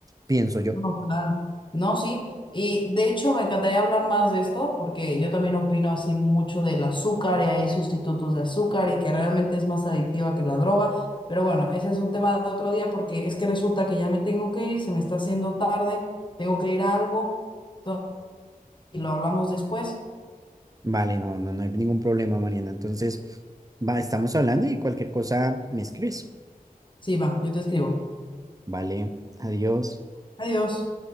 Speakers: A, on the right (about 25°); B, on the left (about 30°).
A: pienso yo.
B: No, claro. No, sí. Y de hecho me encantaría hablar más de esto porque yo también opino así mucho del azúcar y hay sustitutos de azúcar y que realmente es más adictiva que la droga. Pero bueno, ese es un tema de otro día porque es que resulta que ya me tengo que ir, se me está haciendo tarde, tengo que ir a algo. Entonces, y lo hablamos después.
A: Vale, no, no, no hay ningún problema, Mariana. Entonces, va, estamos hablando y cualquier cosa me escribes.
B: Sí, va, yo te escribo.
A: Vale, adiós.
B: Adiós.